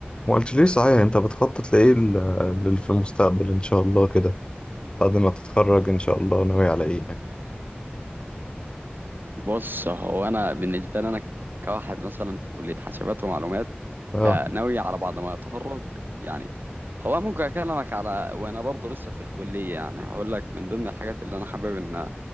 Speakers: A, on the left; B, on the right.
A: ما قلت ليه صحيح انت بتخطط لايه ال- لل- في المستقبل ان شاء الله كده بعد ما تتخرج ان شاء الله ناوي على ايه يعني
B: بص هو انا بالنسبه لي انا كواحد مثلا في كليه حاسبات ومعلومات
A: اه
B: فناوي على بعد ما اتخرج يعني هو ممكن اكلمك على وانا برضه لسه في الكليه يعني هقول لك من ضمن الحاجات اللي انا حابب ان